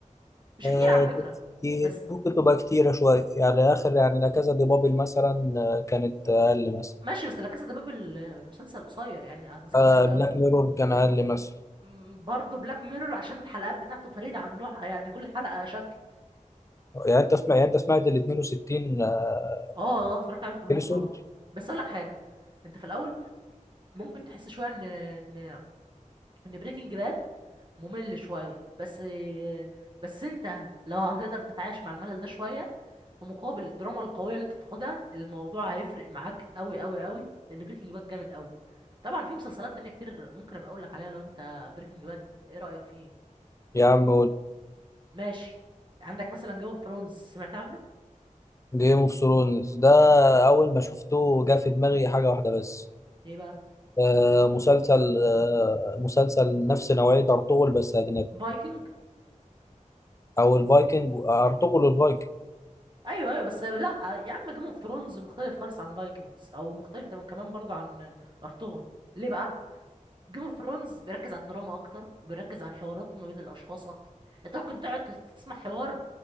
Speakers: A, on the right (about 35°); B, on the left (about 25°).
A: مش
B: آه،
A: كتير على فكره
B: 60
A: بس
B: ممكن تبقى كتيرة شوية يعني آخر يعني لا كذا دي بابل مثلا آه، كانت أقل مثلا
A: ماشي بس لا كاسا ده باب المسلسل قصير يعني اجزاء
B: آه
A: قصيره
B: بلاك ميرور كان أقل مثلا
A: م- برضه بلاك ميرور عشان الحلقات بتاعته فريده عن نوعها يعني كل حلقه شكل
B: يعني أنت سمعت يعني أنت سمعت ال 62 آه،
A: اه اه اتفرجت عليهم كلهم
B: إبيسود
A: طبعا بس اقول لك حاجه انت في الاول ممكن تحس شويه ان ان ان بريكنج باد ممل شويه بس بس انت لو هتقدر تتعايش مع الملل ده شويه في مقابل الدراما القويه اللي انت بتاخدها الموضوع هيفرق معاك قوي قوي قوي لان بريكنج باد جامد قوي طبعا في مسلسلات تانية كتير ممكن ابقى اقول لك عليها لو انت بريكنج باد ايه رايك فيه
B: يا عم
A: ماشي عندك مثلا جيم اوف ثرونز سمعت عنه
B: جيم اوف ثرونز ده أول ما شفته جه في دماغي حاجة واحدة بس
A: ايه بقى
B: آه، مسلسل آه، مسلسل نفس نوعية أرطغرل بس أجنبي
A: فايكنج
B: أو الفايكنج أرطغرل والفايكنج
A: ايوه ايوه بس لا يا عم جيم اوف ثرونز مختلف خالص عن فايكنجز او مختلف كمان برضه عن ارطغرل ليه بقى جيم اوف ثرونز بيركز على الدراما اكتر وبيركز على الحوارات ما بين الاشخاص اكتر انت ممكن تقعد تس- تسمع حوار